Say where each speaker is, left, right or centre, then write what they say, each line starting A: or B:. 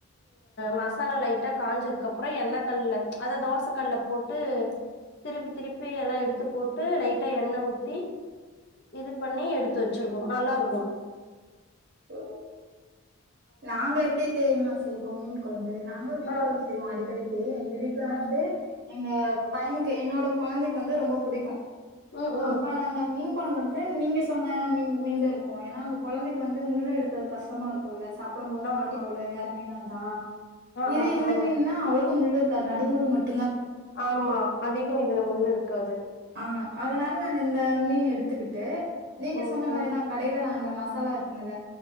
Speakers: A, on the left (about 50°); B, on the right (about 50°).
A: மசாலா லைட்டா காயஞ்சதுக்கப்புறோ எண்ண கல்ல அதா தோச கல்ல போட்டு திருப்பி திருப்பி எல்லா எடுத்து போட்டு லைட்டா எண்ண ஊத்தி இது பண்ணி எடுத்து வெ ச்சுருவோ நல்லா இருக்கு
B: ஓ நாங்க எப்டி தெரிமாஸ் செய்வோ மீன் கொழம் பு நாங்களு மீன்
A: ஆ,
B: கொழம்பு செய்வோ அடிக்கடி து எங்க வீட்ல
A: ஆ.
B: வந்து எங்க பையனுக்கு என்னோட கொழந்தைக்கு வந்து ரொம்ப புடிக்கு
A: ம், ம்.
B: அப்பா நாங்க மீன் மீன் கொழம்புல வந்து நீங்க சொன்ன மீன் மீன்தா எடுப்போ ஏனா அந்த கொழந்தைக்கு வந்து முள்ள எடுக்க கஷ்டமா இருக்கு இல்ல சாப் புடும் போது
A: ஆமா.
B: மாட்டிக் கொள்ள வேற மீனா தா
A: ஆ,
B: இது
A: ஆ.
B: இந்த
A: ஆமா.
B: மீன்னா அவ்ளோக் க்கு முள்ளு இருக்காது நடு முள்ளு மட்
A: ஆமா அதிகோ இதுல முள்ளு இருக்காது
B: ஆ. அதனால நாங்க இந்த மீன் எடுத்துக்கிட்டு நீங்க
A: ஓ!
B: சொன்ன மாரிதா
A: ஆ.
B: கடைல நா அந்த மசாலா இருக்குமுல்ல